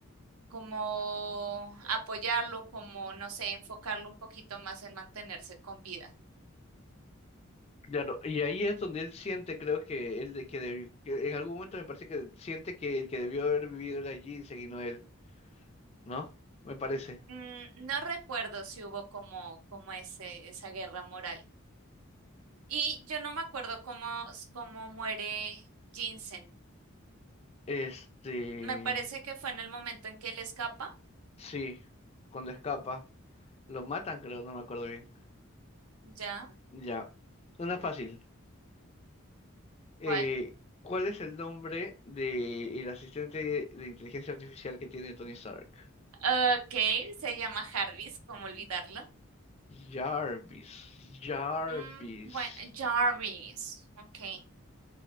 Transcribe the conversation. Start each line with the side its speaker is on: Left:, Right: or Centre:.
Right: como apoyarlo, como, no sé, enfocarlo un poquito más en mantenerse con vida.
Left: claro, y ahí es donde él siente, creo que él de que, debi- que en algún momento me parece que siente que el que debió haber vivido era Ginseng y no él, ¿no? Me parece.
Right: Mm, no recuerdo si hubo como, como ese, esa guerra moral. Y yo no me acuerdo cómo, cómo muere Jensen.
Left: Este,
Right: Me parece que fue en el momento en que él escapa.
Left: sí, cuando escapa, lo matan, creo, no me acuerdo bien.
Right: ¿Ya?
Left: Ya, una fácil. Eh,
Right: ¿Cuál?
Left: ¿cuál es el nombre de el asistente de inteligencia artificial que tiene Tony Stark?
Right: Ok, se llama Jarvis, ¿cómo olvidarlo?
Left: Jarvis, Jarvis.
Right: Mm, bueno, Jarvis. Ok.